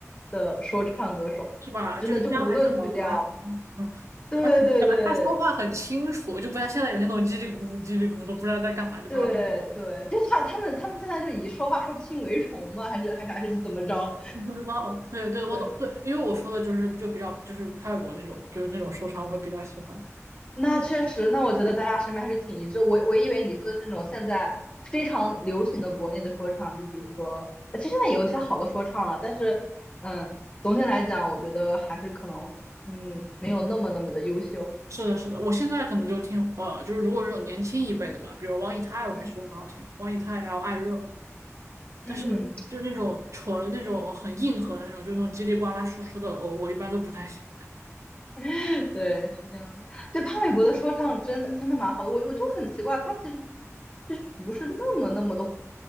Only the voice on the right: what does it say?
是吧？
就是姜还是老的辣，嗯，
而且感觉他说话很清楚，就不像现在有些那种叽里咕噜叽里咕噜都不知道在干嘛，就啪啪啪，
不知道。对对，我懂，
对，因为我说的就是就比较就是潘玮柏那种，就是那种说唱，我会比较喜欢。
是的，是的，我现在可能就听，呃，就是如果这种年轻一辈的吧，比如王以太，我还是觉得蛮好听的王以太还有艾热，
但是就是那种纯那种很硬核的那种，就那种叽里呱啦说出的，我我一般都不太喜欢。